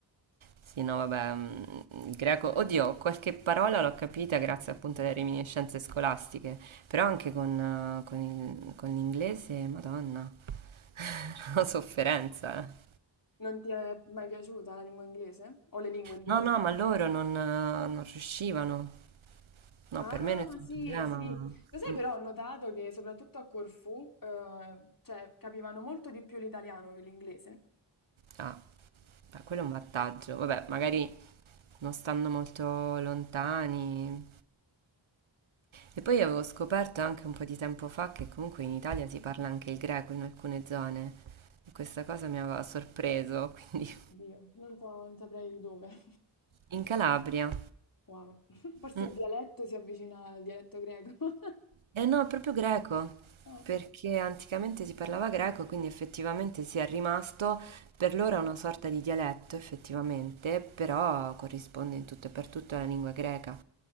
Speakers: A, on the right (about 80°); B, on the left (about 45°).
A: Sì, no, vabbè, mm, il greco, oddio, qualche parola l'ho capita grazie appunto alle reminiscenze scolastiche, però anche con, eh, con il- con l'inglese, madonna, <laughs> una sofferenza. eh.
B: Non ti è mai piaciuta la lingua inglese o le lingue in generale?
A: No, no, ma loro non, eh, non riuscivano. No,
B: Ah,
A: per me nessun
B: sì,
A: problema.
B: sì.
A: ma-
B: Lo sai,
A: Mm,
B: però ho notato che soprattutto a Corfù, eh, cioè, capivano molto di più l'italiano che l'inglese.
A: Ah, beh, quello è un vantaggio. Vabbè, magari non stando molto lontani, E poi avevo scoperto anche un po' di tempo fa che comunque in Italia si parla anche il greco in alcune zone. E questa cosa mi aveva sorpreso, <laughs> quindi
B: Dio, non so, non saprei di dove. <laughs>
A: in Calabria.
B: Wow. <laughs> Forse
A: Mm.
B: il dialetto si avvicina al dialetto greco. <laughs>
A: Eh no, è proprio greco,
B: Ah,
A: perché anticamente si parlava greco, quindi effettivamente si è rimasto per loro è una sorta di dialetto, effettivamente, però corrisponde in tutto e per tutto alla lingua greca.